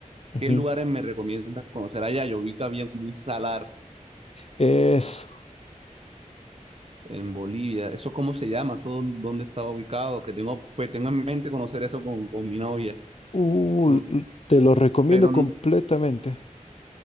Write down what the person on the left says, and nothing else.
ujú.
Es,
uh,
l- te lo recomiendo
completamente.